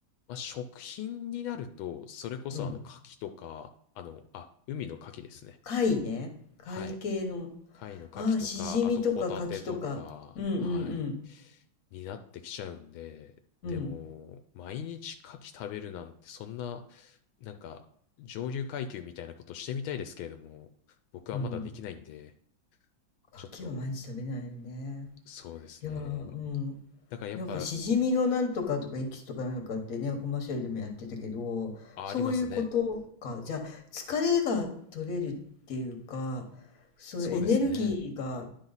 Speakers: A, on the left (about 80°); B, on the left (about 45°).
A: まあ、食品になると、それこそあの、
B: うん。
A: 牡蠣とか、あの、あ、海の牡蠣ですね。
B: 貝ね。貝系の。
A: はい。貝の牡蠣とか、
B: ああ、しじみとか牡蠣とか。
A: あとホタテとか、
B: うんうんう
A: はい。
B: ん。
A: になってきちゃうんで、
B: うん。
A: でも、毎日牡蠣食べるなんて、そんな、なんか、上流階級みたいなことしてみたいですけれども、僕はまだできないんで、
B: うん。牡蠣は毎日食べないよね。
A: ちょっと、そうですね。
B: いやー、うん。
A: だからやっぱ、
B: なんかしじみのなんとかとかエキスとかなんかってね、コマーシャルでもやってたけど、
A: あ、
B: そういうことか。
A: ありますね。
B: じゃあ、疲れが取れるっていうか、そのエネルギーがっ
A: そうですね。